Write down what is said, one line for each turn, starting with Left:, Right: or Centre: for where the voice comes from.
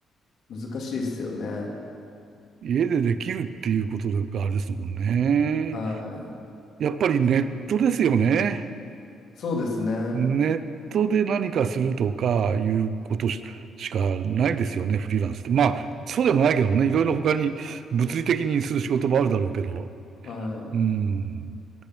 Left: 難しいですよね。
Right: 家でできるっていうことがあれですもんね。
Left: はい。
Right: やっぱりネットですよね。
Left: そうですね。
Right: ネットで何かするとかいうことし、しかないですよね、フリーランスって。まあ、そうでもないけどもね、いろいろ他に物理的にする仕事もあるだろうけど。
Left: は
Right: うん。